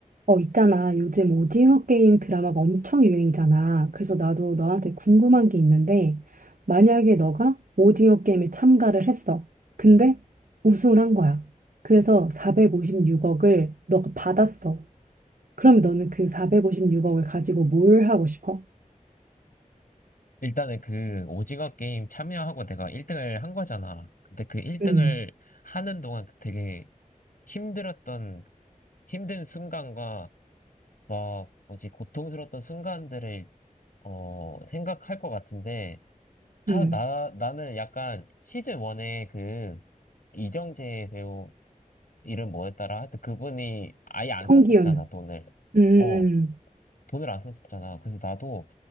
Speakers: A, on the right; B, on the left.
A: 어, 있잖아. 요즘 오징어 게임 드라마가 엄청 유행이잖아. 그래서 나도 너한테 궁금한 게 있는데, 만약에 너가 오징어 게임에 참가를 했어. 근데 우승을 한 거야. 그래서 456억을 너가 받았어. 그럼 너는 그 456억을 가지고 뭘 하고 싶어?
B: 일단은 그 오징어 게임 참여하고 내가 1등을 한 거잖아. 근데 그 1등을
A: 음,
B: 하는 동안 그 되게 힘들었던, 힘든 순간과 막 뭐지, 고통스러웠던 순간들을, 어, 생각할 것 같은데, 아,
A: 음.
B: 나, 나는 약간 시즌 1에 그 이정재 배우 이름 뭐였더라? 하여튼 그분이 아예 안
A: 성기훈.
B: 썼었잖아, 돈을.
A: 음, 음,
B: 어. 돈을 안 썼었잖아. 그래서 나도